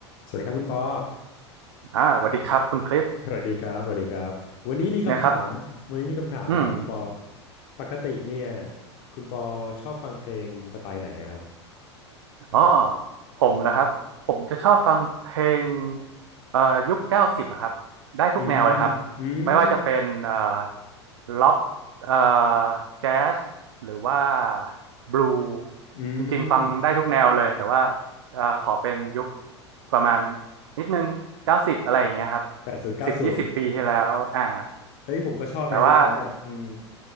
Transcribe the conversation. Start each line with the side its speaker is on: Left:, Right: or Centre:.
Left: สวัสดีครับคุณปอ
Right: อ่าสวัสดีครับคุณคริส
Left: สวัสดีครับสวัสดีครับ วันนี้มีคำถาม
Right: นะครับ
Left: วันนี้มีคำถามมาถามคุณปอ
Right: อืม
Left: ปกติเนี่ยคุณปอชอบฟังเพลงสไตล์ไหนอะครับ
Right: อ๋อผมเหรอครับผมจะชอบฟังเพลงเอ่อยุคเก้าสิบอะครับได้ทุกแนวเลยครับ
Left: อืมอืม
Right: ไม่ว่าจะเป็นเอ่อล็อกเอ่อแจ๊สหรือว่าบลู
Left: อื
Right: จริงๆฟังได้ทุกแนวเลยแต่ว่า
Left: ม
Right: เอ่อขอเป็นยุคประมาณนิดนึงเก้าสิบอะไรอย่างเงี้ยครับ
Left: แปดศูนย์เก้าศูนย์
Right: สิบยี่สิบปีที่แล้วอ่า
Left: เฮ้ยผมก็ชอบนะยุคนั้นน่ะ
Right: แต่ว่า
Left: อืม